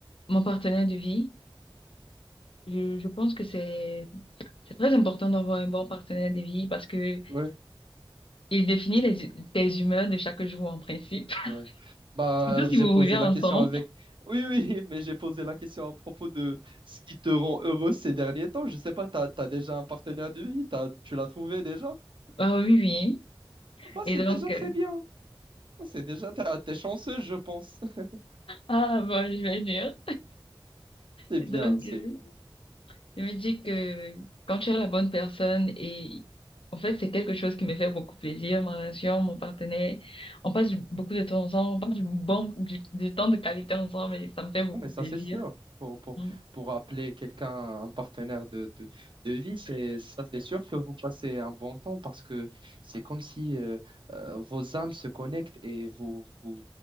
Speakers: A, on the left (about 80°); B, on the right (about 65°).
A: mon partenaire de vie, je, je pense que c'est, c'est très important d'avoir un bon partenaire de vie parce que
B: Ouais,
A: il définit les, tes humeurs de chaque jour en principe.
B: ouais.
A: <laughs>
B: Bah,
A: Surtout si
B: j'ai
A: vous
B: posé
A: vivez ensemble.
B: la question avec. Oui, oui, <laughs> mais j'ai posé la question à propos de ce qui te rend heureux ces derniers temps. Je sais pas, t'as, t'as déjà un partenaire de vie, t'as- tu l'as trouvé déjà?
A: Ah oui, oui.
B: Bah, c'est
A: Et donc,
B: déjà très
A: euh,
B: bien. Oh, C'est déjà, t'as- t'es chanceux, je pense. <laughs>
A: ah, bon, je vais dire.
B: C'est
A: Et
B: bien,
A: Donc,
B: c'est
A: euh,
B: bien.
A: Je me dis que quand tu es la bonne personne et en fait c'est quelque chose qui me fait beaucoup plaisir, ma relation, mon partenaire, on passe du- beaucoup de temps ensemble, on passe du bon du, du temps de qualité ensemble et ça me fait beaucoup
B: Non, mais ça,
A: plaisir.
B: c'est sûr. Pour, pour,
A: Mm.
B: pour appeler quelqu'un un partenaire de, de, de vie, c'est, ça, c'est sûr que vous passez un bon temps parce que c'est comme si euh, euh, vos âmes se connectent et vous, vous,